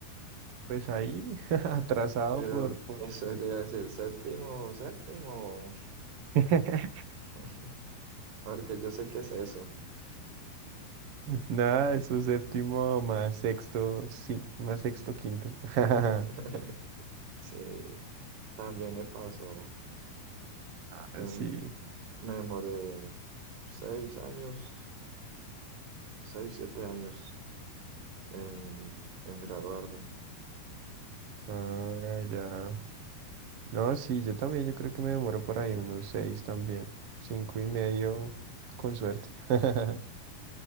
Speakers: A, on the right; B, on the right.
A: Pues ahí, <laughs> atrasado
B: Pero
A: por, por...
B: <laughs> eso te iba a decir séptimo, séptimo,
A: <laughs>
B: <laughs> porque yo sé qué es eso.
A: Nada, eso es séptimo más sexto, sí, más sexto, quinto. <laughs>
B: <laughs> Sí, también me pasó.
A: Ah,
B: Em,
A: sí.
B: Me demoré seis años seis, siete años en, en graduarme.
A: Ah, ya. No, sí, yo también, yo creo que me demoro por ahí unos seis también. Cinco y medio, con suerte. <laughs>